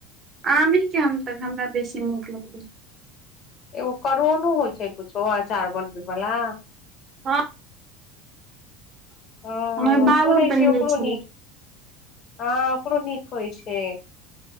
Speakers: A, on the right; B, on the left.
A: आमे के हम तक हमरा बेसी नीक लै
B: एगो करोनो होइ छै कुछो अचार बनबै बला
A: हँ
B: हँ
A: हमर बाबा
B: सुनै
A: बनने
B: छिय ओकरो
A: छलखिन
B: नीक हँ ओकरो नीक होइ छै